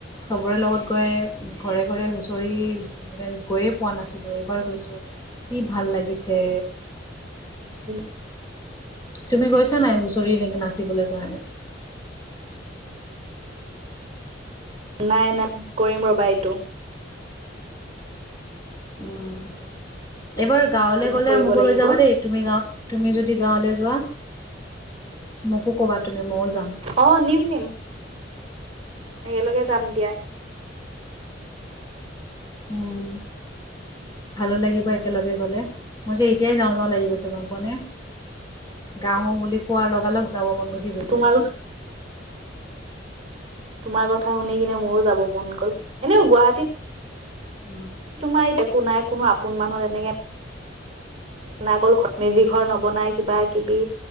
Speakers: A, on the left; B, on the right.
A: চবৰে লগত গৈ ঘৰে ঘৰে চৰি মানে গৈয়ে পোৱা নাছিলোঁ এইবাৰ গৈছোঁ কি ভাল লাগিছে।
B: উম।
A: তুমি গৈছা নাই হুঁচৰি এনেকে নাচিবলৈ কাৰণে?
B: নাই নাই কৰিম ৰবা এইটো।
A: উম, এইবাৰ গাঁৱলৈ
B: কিনে
A: গলে
B: কৰিব
A: মোকো
B: লাগিব
A: লৈ যাবা দেই। তুমি যদি গাঁৱ লৈ যোৱা মোকো ক'বা তুমি ময়ো যাম।
B: অ', নিম নিম একেলগে যাম দিয়া।
A: উম, ভালো লাগিব একেলগে গ'লে মোৰ যে এতিয়াই যাওঁ যাওঁ লাগি গৈছে গম হ'বনে গাঁও বুলি কোৱাৰ লগালগ যাব মন গুচি গৈছে।
B: তোমাৰ তোমাৰ কথা শুনি কিনে মোৰো যাব মন গ'ল এনেও গুৱাহাটীত
A: উম।
B: তোমাৰ ই একো নাই কোনো আপোন মানুহ তেনেকে নাগল ঘত, মেজি ঘৰ নবনাই কিবা কিবি